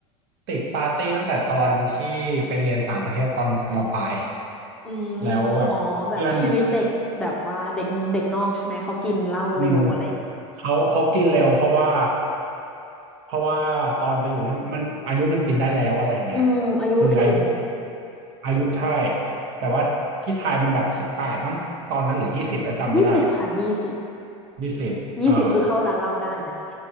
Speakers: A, on the right; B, in the centre.
A: ติดปาร์ตี้ตั้งแต่ตอนที่ไปเรียนต่างประเทศตอนมปลาย
B: อืม
A: แล้วแบบเพื่อน
B: อ๋อแบบชีวิตเด็กแบบว่าเด็กมึงเด็กนอกใช่ไหมเขากินเหล้าเร็วอะไรอย่างงี้
A: อืมเขาเขากินเร็วเพราะว่าเพราะว่าตอนไปอยู่นี่มันอายุมันกินได้แล้วอะไรอย่างเงี้ย
B: อืมอายุถึง
A: คืออายุอายุใช่แต่ว่าที่ไทยมันแบบสิบแปดมั้งตอนนั้นหรือยี่สิบแล้วจำไม่ได้
B: ยี่สิบค่ะยี่สิบ
A: ยี่สิบเอ่อ
B: ยี่สิบคือเข้าร้านเหล้าได้นะ